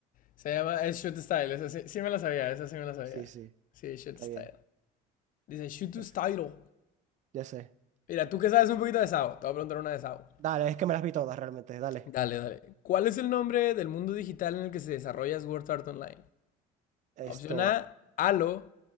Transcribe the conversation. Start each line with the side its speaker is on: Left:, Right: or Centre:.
Left: Se llama, es Shoot Style, esa sí, sí me la sabía, esa sí me la sabía.
Right: Sí, sí.
Left: Sí, Shoot
Right: Está
Left: Style.
Right: bien.
Left: Dice Shoot
Right: Perfecto.
Left: Style.
Right: Ya sé.
Left: Mira, tú que sabes un poquito de SAO, te voy a preguntar una de SAO.
Right: Dale, es que me las vi todas realmente. Dale.
Left: Dale, dale. ¿Cuál es el nombre del mundo digital en el que se desarrolla Sword Art Online? Opción
Right: Esto.
Left: A, Halo.